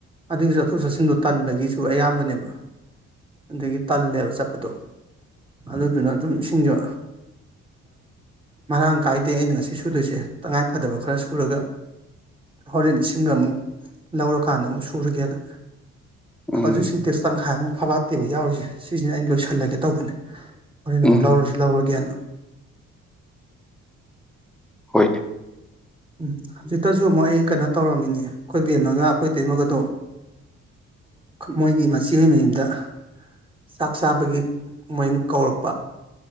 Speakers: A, on the right (about 15°); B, in the centre.
A: ꯑꯗꯨꯒꯤ ꯆꯠꯊꯣꯛ ꯆꯠꯁꯤꯟꯗ ꯇꯟꯕꯒꯤꯁꯨ ꯑꯌꯥꯝꯕꯅꯦꯕ ꯑꯗꯨꯗꯒꯤ ꯇꯜꯂꯦꯕ ꯗꯣ ꯑꯗꯨꯗꯨꯅ ꯑꯗꯨꯝ ꯏꯁꯤꯡꯁꯨ ꯃꯔꯥꯡ ꯀꯥꯏꯗꯦ ꯑꯩꯅ ꯉꯁꯤ ꯁꯨꯗꯣꯏꯁꯦ ꯇꯉꯥꯏ ꯐꯗꯕ ꯈꯔ ꯁꯨꯔꯒ ꯍꯣꯔꯦꯟ ꯏꯁꯤꯡꯒ ꯑꯃꯨꯛ ꯂꯧꯔꯀꯥꯟꯗ ꯑꯃꯨꯛ ꯁꯨꯔꯒꯦꯅ
B: ꯎꯝ
A: ꯍꯧꯖꯤꯛꯁꯤꯡꯛ ꯇꯦꯛꯁ ꯇꯪꯈꯥꯏ ꯑꯃꯨꯛ ꯐꯕꯥꯠꯇꯦꯕ ꯌꯥꯎꯔꯤꯁꯦ ꯁꯤꯁꯤꯅ ꯑꯩꯅ ꯂꯣꯏꯁꯤꯜꯦ ꯈꯜꯂꯒꯦ ꯇꯧꯕꯅꯦ ꯍꯣꯔꯅ ꯑꯃꯨꯛ
B: ꯎꯝ
A: ꯂꯧꯔꯁꯨ ꯂꯧꯔꯒꯦꯅ
B: ꯍꯣꯏꯅꯦ
A: ꯎꯝ ꯍꯧꯖꯤꯛꯇꯁꯨ ꯑꯃꯨꯛ ꯑꯩ ꯀꯩꯅꯣ ꯇꯧꯔꯝꯃꯤꯅꯦ ꯑꯩꯈꯣꯏ ꯕꯦꯝꯃꯒ ꯑꯩꯈꯣꯏ ꯏꯇꯩꯃꯒꯗꯣ ꯃꯣꯏꯒꯤ ꯃꯆꯤ ꯍꯣꯏ ꯃꯌꯨꯝꯗ ꯆꯥꯛ ꯆꯥꯕꯒꯤ ꯃꯣꯏ ꯀꯧꯔꯛꯄ